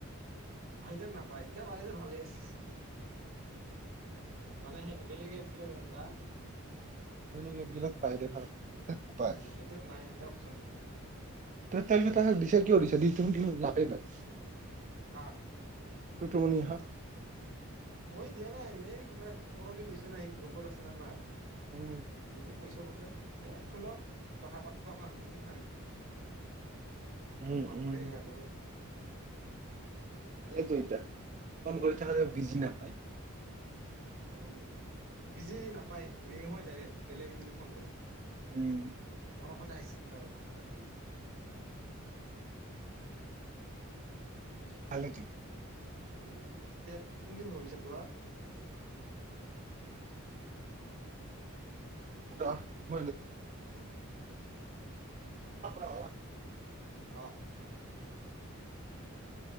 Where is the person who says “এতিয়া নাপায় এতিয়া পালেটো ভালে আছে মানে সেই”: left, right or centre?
Right